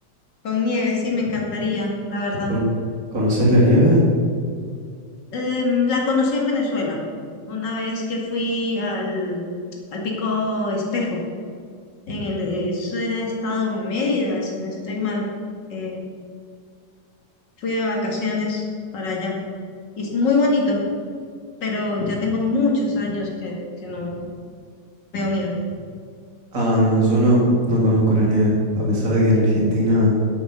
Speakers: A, on the left (about 75°); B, on the right (about 50°).
A: Con nieve, sí, me encantaría, la verdad.
B: ¿Con... ¿Conoces la nieve?
A: Em, la conocí en Venezuela, una vez que fui al, al Pico Espejo, en el, eso era estado Mérida, si no estoy mal. Eh, fui de vacaciones para allá. Y es muy bonito, pero ya tengo muchos años que, que no veo nieve.
B: Ah, no, yo no, no conozco la nieve. A pesar de que en Argentina